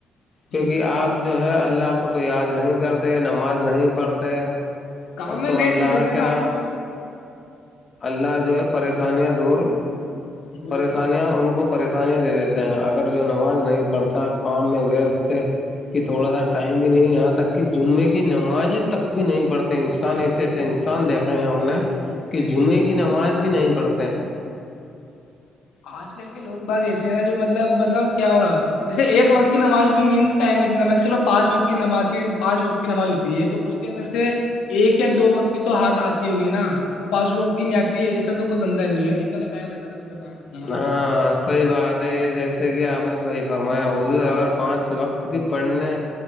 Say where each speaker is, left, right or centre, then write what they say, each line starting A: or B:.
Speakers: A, on the left; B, on the left.
A: کیونکہ
B: جی وہی
A: آپ
B: تو
A: جو ہے اللہ کو <unintelligible> کو تو یاد نہیں کرتے نماز نہیں پڑھتے <unintelligible>
B: کام میں
A: تو
B: وست
A: اللہ
B: ہو جاتتا ہے
A: کیا
B: نا آج کل <unintelligible>
A: اللہ جو ہے پریشانیاں دور <unintelligible>
B: وہی
A: پریشانیاں
B: تو
A: ان کو پریشانیاں دے دیتے ہیں اگر جو نماز نہیں پڑھتا کام میں ویست کہ تھوڑا سا ٹائم بھی نہیں یہاں تک کہ جمے کی نماز تک بھی نہیں پڑتا انسان
B: جی
A: ایسے
B: وہی
A: ایسے
B: تو
A: انسان دیکھے ہیں ہم ہم نے <unintelligible> کہ
B: بے
A: جمعے
B: شک
A: کی نماز بھی نہیں پڑتے <unintelligible>
B: آج کل کے لوگ باغ ایسے ہیں نا جو مطلب مطلب کیا ہوا جیسے ایک وقت کی نماز بھی نہیں ہے ٹائم اتنا مطلب چلو پانچ وقت کی نماز پانچ وقت کی نماز ہوتی ہے تو اس کے اندر سے ایک یا دو وقت کی تو ہات آتی ہوگی نا پانچ وقت کی نہیں آتی ہے اسا تو کوئی بندہ نہیں ہے اتنا تو ٹائم رہتا ہے سب کے پاس نماز
A: ہاں
B: پڑھنے
A: صحی بات ہے یہ جیسے کہ آپ نے صحیح فرمایا ہوا اگر پانچ وقت کی پڑھنے